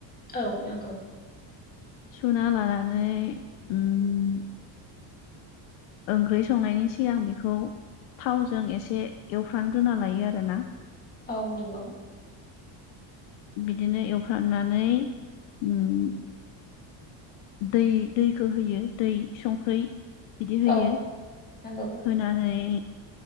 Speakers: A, on the left; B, on the left.
A: औ नंगौ
B: सुना लानानै ओम ओंख्रि संनायनि सिगां बेखौ थावजों एसे एवफ्रामग्रोना लायो आरोना
A: औ नंगौ
B: बिदिनो एवफ्रामनानै ओम दै दैखौ होयो दै संख्रि बिदि होयो
A: औ नंगौ
B: होनानै